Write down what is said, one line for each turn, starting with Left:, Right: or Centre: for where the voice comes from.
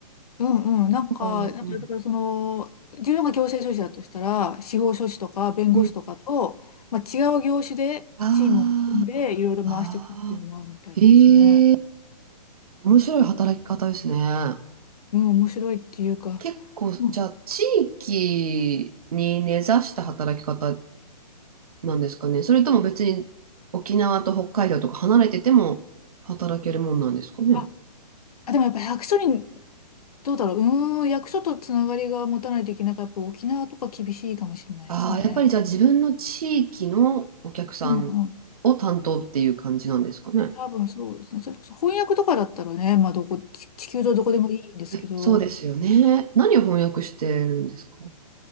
Left: うんうん、なんか、
Right: なんか、
Left: なんかだからその、
Right: うん。
Left: 自分が行政書士だとしたら、司法書士とか弁護士とかと、
Right: うん。
Left: まあ、違う業種でチームを組んで、
Right: ああ、
Left: いろいろ回していくっていうのもあるみたいですね。
Right: ああ、ええ面白い働き方ですね。
Left: うん、面白いっていうか、
Right: 結構、
Left: うん、
Right: じゃあ、地域に根ざした働き方なんですかね。それとも別に沖縄と北海道とか離れてても働けるもんなんですかね。
Left: あ、あでもやっぱ役所に、どうだろう、うーん、役所とつながりが持たないといけないから、やっぱ沖縄とか厳しいかもしれないですね。
Right: ああ、やっぱりじゃあ自分の地域のお客さんを担当っていう感じなんですかね。
Left: うん多分そうですね。それこそ翻訳とかだったらね、まあどこ、地地球上どこでもいいんですけど、
Right: いやそうですよね。何を翻訳してるんですか